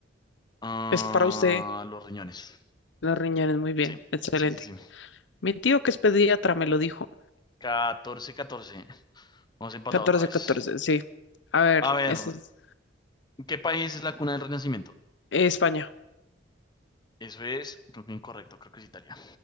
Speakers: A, on the left; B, on the left.
A: Ah,
B: Es para usted.
A: los riñones.
B: Los riñones, muy bien.
A: Sí,
B: Excelente.
A: sí, sí, sí.
B: Mi tío que es pediatra me lo dijo.
A: catorce. 14 Hemos empatado
B: Catorce
A: otra vez.
B: catorce. sí. A ver,
A: A ver,
B: es es
A: ¿qué país es la cuna del Renacimiento?
B: España.
A: Eso es, creo que incorrecto, creo que es Italia.